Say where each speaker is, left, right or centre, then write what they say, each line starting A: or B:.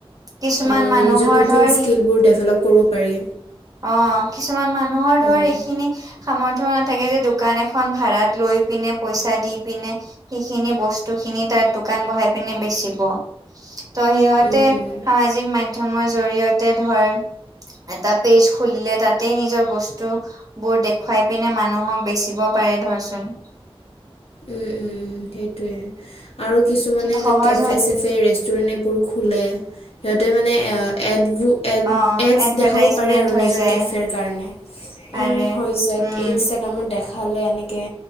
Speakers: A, on the right (about 35°); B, on the left (about 80°).
A: কিছুমান
B: আৰু
A: মানুহৰ
B: নিজৰ কুকিং
A: ধৰ
B: স্কিলবোৰ ডেভেলপ কৰিব পাৰি।
A: অঁ কিছুমান মানুহৰ
B: উম
A: ধৰ এইখিনি সামৰ্থ্য নাথাকে যে দোকান এখন ভাড়াত লৈ পিনে, পইচা দি পিনে সেইখিনি বস্তু খিনি তাত দোকান বহাই পিনে বেচিব', ত', সিহঁতে
B: উম উম
A: সামাজিক মাধ্যমৰ জৰিয়তে ধৰ, এটাত', পেজ খুলিলে তাতেই নিজৰ বস্তু', বোৰ দেখুৱাই পিনে মানুহক বেচিব পাৰে ধৰচোন',
B: উম উম সেইটোয়ে, আৰু কিছুমানে
A: তেতিয়া সহজ
B: যে কেফে
A: হয়
B: চেফে কেফে ৰেষ্টুৰেণ্ট এইবোৰ খোলে, সিহঁতে মানে এডবোৰ এড
A: অ
B: এডছ
A: এডভাৰটাইজমেন্ট
B: দেখাব পাৰে আৰু
A: হৈ
B: নিজৰ
A: যায়
B: কেফেৰ কাৰণে,
A: পাৰে
B: উম হৈ যায়
A: উম
B: ইনফেক দেখালে এনেকে